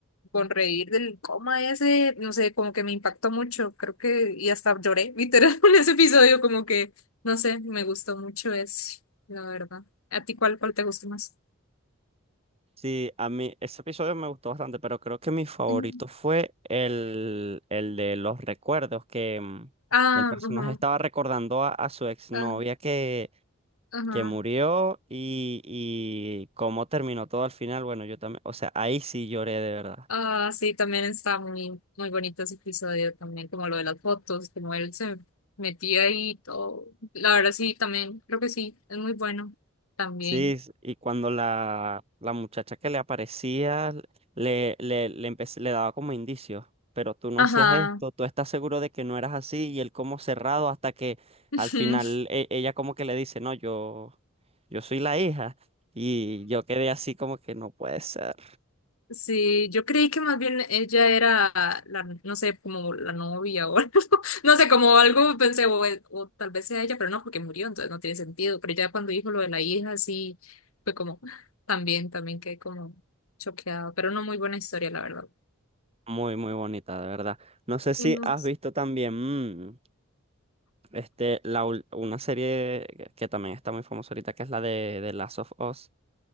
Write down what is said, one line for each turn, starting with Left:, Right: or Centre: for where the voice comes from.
Left: sonreír del coma ese, no sé, como que me impactó mucho, creo que y hasta lloré literal <laughs> en ese episodio, como que, no sé, me gustó mucho ese, la verdad. ¿A ti cuál, cuál te gustó más?
Right: Sí, a mí ese episodio me gustó bastante, pero creo que mi favorito
Left: Mm.
Right: fue el, el de los recuerdos, que mm,
Left: Ah,
Right: el personaje
Left: ajá,
Right: estaba recordando a, a su exnovia
Left: ah,
Right: que
Left: ajá.
Right: que murió y, y cómo terminó todo al final, bueno, yo también, o sea, ahí sí lloré de verdad.
Left: Ah, sí, también está muy, muy bonito ese episodio también, como lo de las fotos, como él se metía ahí y todo. La verdad sí, también, creo que sí, es muy bueno también.
Right: Sí, s- y cuando la, la muchacha que le aparecía le, le, le, empecé- le daba como indicios, pero tú no
Left: Ajá.
Right: hacías esto, tú estás seguro de que no eras así, y él como cerrado hasta que
Left: <laughs>
Right: al final e- ella como que le dice, no, yo, yo soy la hija. Y yo quedé así como que no puede ser.
Left: Sí, yo creí que más bien ella era la, no sé, como la novia o algo. <laughs> No sé, como algo pensé, o, o tal vez sea ella, pero no, porque murió, entonces no tiene sentido. Pero ya cuando dijo lo de la hija, sí, fue como, también, también quedé como choqueado, pero no muy buena historia, la verdad.
Right: Muy, muy bonita, de verdad. No sé si
Left: Ujú.
Right: has visto también. mm, Este, la, ul- una serie que que también está muy famosa ahorita, que es la de, de Last of Us.